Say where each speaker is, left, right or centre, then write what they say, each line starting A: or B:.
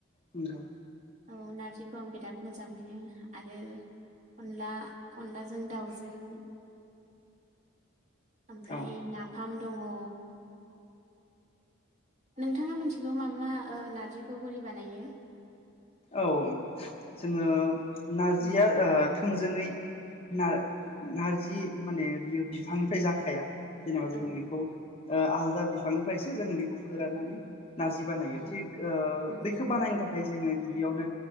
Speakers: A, on the left; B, on the right.
A: नोंगौ
B: अ नारजिखौ आं बिराद मोजां मोनो आरो अनला अनलाजों दाउजों <inaudible> ओमफ्राय
A: औ
B: नाफाम दङ' । नोंथाङा मिथिगौ माबा ओ नार्जिखौ बोरै बानायो?
A: औ जोङो नारजिया
B: उम
A: ओ थों जोङै नार-नारजि जि माने बियो बिफां फ्राय जाखाया जेनेबा जोङो
B: औ
A: बेखौ ओ आल दा बिफांनिफ्रायसो जोङो बेखौ फोराननानै नारजि बानायो
B: औ
A: थिग ओ
B: उम
A: बेख ो बानायनो था खाय जोङो गि बियावनो